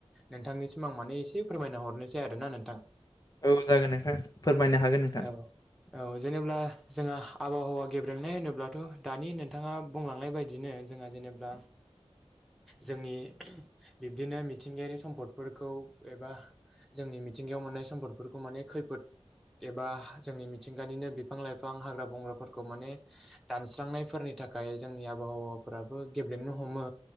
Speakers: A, in the centre; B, on the left.
A: नोंथांनिसिम आं माने एसे फोरमायना हरनोसै आरो ना नोंथां।
B: औ जागोन नोंथां फोरमायनो हागोन नोंथां
A: औ, औ जेनेब्ला जोंहा आबहावा गेब्रेंनाय होनोब्लाथ' दानि नोंथाङा बुंलांनाय बायदिनो जोंहा जेनेबा जोंनि बिब्दिनो मिथिंगायारि सम्पदफोरखौ एबा जोंनि मिथिंगायाव मोननाय सम्पदफोरखौ माने खैफोद एबा जोंनि मिथिंगानिनो बिफां, -लाइफां, हाग्रा- बंग्राफोरखौ माने दानस्रांनायफोरनि थाखाय जोंनि आबहावाफोराबो गेब्रेंनो हमो।